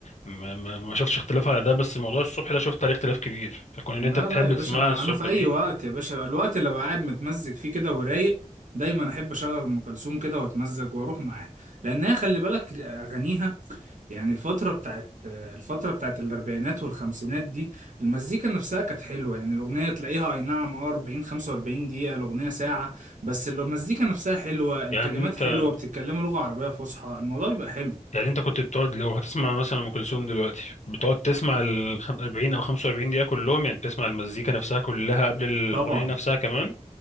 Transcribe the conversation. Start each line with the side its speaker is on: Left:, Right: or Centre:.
Left: ما, ما, ما شفتش اختلاف على ده بس موضوع الصبح ده شفت عليه اختلاف كبير فكون ان
Right: لا
Left: انت بتحب
Right: لا يا
Left: تسمعها
Right: باشا انا
Left: الصبح
Right: انا في
Left: دي
Right: اي وقت يا باشا الوقت اللي بقعد متمزج فيه كده ورايق دايما احب اشغل ام كلثوم كده واتمزج واروح معاها لانها خلي بالك اغانيها يعني الفتره بتاعت الفتره بتاعت الاربعينات والخمسينات دي المزيكا نفسها كانت حلوه يعني الاغنيه تلاقيها اي نعم اه 40 45 دقيقه الاغنيه ساعه بس المزيكا نفسها حلوه الكلمات
Left: يعني انت
Right: حلوه بتتكلموا لغه عربيه فصحى الموضوع بيبقى حلو
Left: يعني انت كنت بتقعد لو هتسمع مثلا ام كلثوم دلوقتي بتقعد تسمع ال 40 او 45 دقيقة كلهم يعني بتسمع المزيكا نفسها كلها قبل الاغنية
Right: طبعا
Left: نفسها كمان